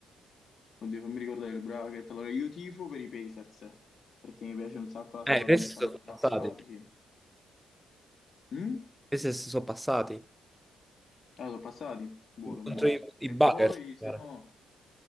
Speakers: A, on the left; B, in the centre.
A: Oddio, fammi ricordare il bracket. Allora, io tifo per i Pacers, perché mi piace un sacco la
B: Eh,
A: squadra,
B: questi
A: mi stanno
B: sono
A: simpatici.
B: passati.
A: Mm?
B: Questi sono passati.
A: Ah, sono passati? Buono, buono.
B: Contro i,
A: E
B: i Buckers.
A: poi, se
B: E
A: no...